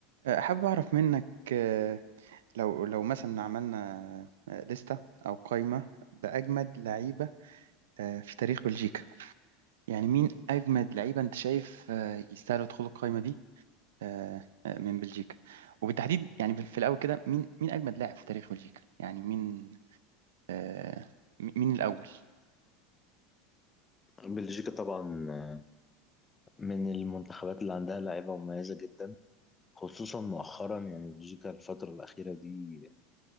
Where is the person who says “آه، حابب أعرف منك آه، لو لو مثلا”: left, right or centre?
Right